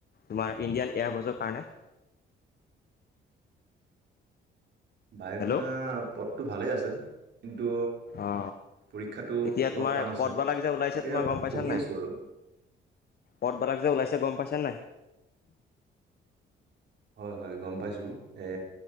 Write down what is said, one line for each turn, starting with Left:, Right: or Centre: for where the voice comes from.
Left: তোমাৰ ইণ্ডিয়ান এয়াৰবৰ্ছৰ কাৰণে
Right: <inaudible> বায়ু
Left: হেল্ল'
Right: সেনাপথটো ভালে আছে। কিন্তু
Left: অ
Right: পৰীক্ষাটো
Left: এতিয়া
Right: অলপ
Left: তোমাৰ
Right: টান আছে।
Left: পদবালাক যে ওলাইছে
Right: তাকে
Left: তোমাৰ গম পাইছা
Right: পঢ়ি
Left: নাই।
Right: আছোঁ আৰু।
Left: পদবাৰাক যে ওলাইছে গম পাইছে নাই
Right: হয় হয় গম পাইছোঁ এ